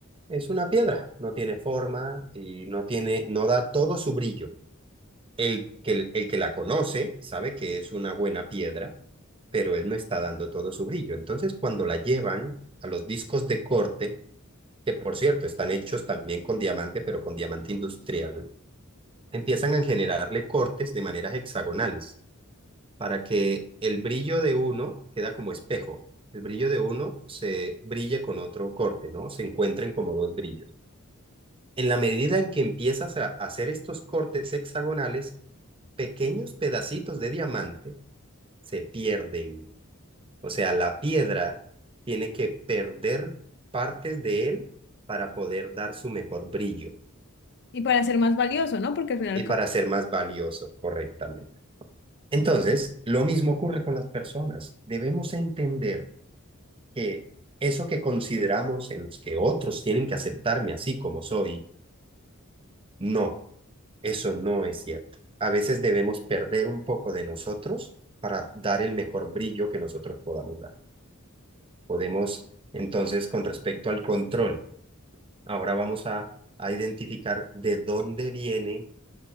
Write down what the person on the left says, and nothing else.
Y para ser más valioso, ¿no? Porque al final,
co-